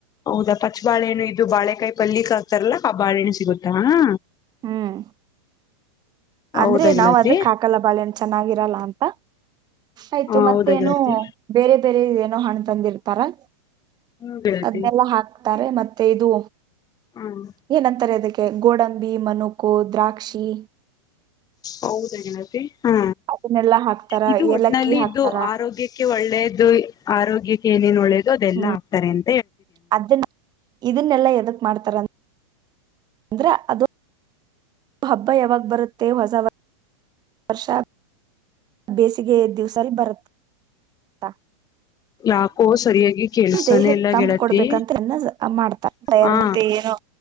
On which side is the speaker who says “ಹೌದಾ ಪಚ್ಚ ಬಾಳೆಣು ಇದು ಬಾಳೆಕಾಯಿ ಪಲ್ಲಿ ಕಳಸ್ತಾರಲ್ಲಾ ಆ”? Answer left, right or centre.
Left